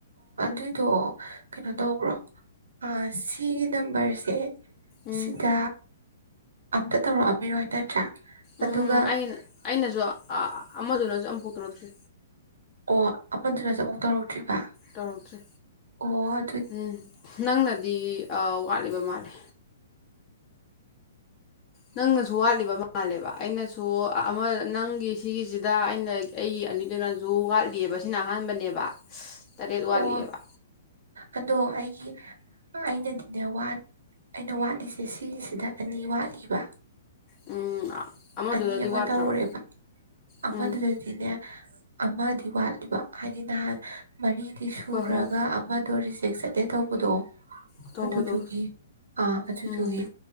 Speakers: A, on the right (about 80°); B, on the left (about 30°).
A: ꯑꯗꯨꯗꯣ ꯀꯩꯅꯣ ꯇꯧꯕ꯭ꯔꯣ ꯑ ꯁꯤꯒꯤ ꯅꯝꯕꯔꯁꯦ
B: ꯎꯝ
A: ꯁꯤꯇꯥ ꯑꯝꯇ ꯇꯧꯔꯛꯑꯝꯃꯤꯔꯣꯏ ꯅꯠꯇ꯭ꯔꯥ ꯑꯗꯨꯒ
B: ꯎꯝ ꯑꯩꯅ ꯑꯩꯅꯁꯨ ꯑ ꯑꯃꯗꯨꯅꯁꯨ ꯑꯃꯝ ꯄꯨꯊꯣꯔꯛꯇ꯭ꯔꯤ
A: ꯑꯣ ꯑꯃꯗꯨꯅ ꯆ ꯑꯃꯨꯛ ꯇꯧꯔ ꯠꯇ꯭ꯔꯤꯕ
B: ꯇꯧꯔꯛꯇ꯭ꯔꯤ
A: ꯑꯣ ꯑꯗꯨ
B: ꯎꯝ ꯅꯪꯅꯗꯤ ꯋꯥꯠꯂꯤꯕ ꯃꯥꯜꯂꯦ ꯅꯪꯅꯁꯨ ꯋꯥꯠꯂꯤꯕ ꯃꯥꯜꯂꯦꯕ ꯑꯩꯅꯁꯨ ꯑꯃ ꯅꯪꯒꯤ ꯁꯤꯒꯤꯁꯤꯗ ꯑꯩꯅ ꯑꯩꯒꯤ ꯑꯅꯤꯗꯨꯅꯁꯨ ꯋꯥꯠꯂꯤꯑꯕ ꯁꯤꯅ ꯑꯍꯥꯟꯕꯅꯦꯕ ꯇꯔꯦꯠ
A: ꯑꯣ
B: ꯋꯥꯠꯂꯤꯑꯕ
A: ꯑꯗꯣ ꯑꯩ ꯑꯩꯅꯗꯤꯅꯦꯠ ꯑꯩꯅ ꯋꯥꯠꯂꯤꯁꯦ ꯁꯤꯒꯤꯁꯤꯗ ꯑꯅꯤ ꯋꯥꯠꯂꯤꯕ
B: ꯎꯝ ꯑꯃꯗꯨꯗꯗꯤ
A: ꯑꯅꯤ ꯑꯃ
B: ꯋꯥꯠꯇ꯭ꯔꯕ
A: ꯇꯧꯔꯦꯕ ꯑꯃꯗꯨꯗꯗꯤꯅꯦ
B: ꯎꯝ
A: ꯑꯃꯗꯤ ꯋꯥꯠꯂꯤꯕ ꯍꯥꯏꯗꯤ ꯅꯍꯥꯟ ꯃꯔꯤꯗꯤ ꯁꯨꯈ꯭ꯔꯒ
B: ꯍꯣꯏ ꯍꯣꯏ
A: ꯑꯃꯗꯣꯔꯤꯁꯤ ꯆꯦꯛ ꯆꯠꯇꯦ ꯇꯧꯕꯗꯣ
B: ꯑꯇꯧꯕꯗꯣ
A: ꯑꯗꯨꯗꯨꯒꯤ ꯑꯥ ꯑꯗꯨꯗꯨꯒꯤ
B: ꯎꯝ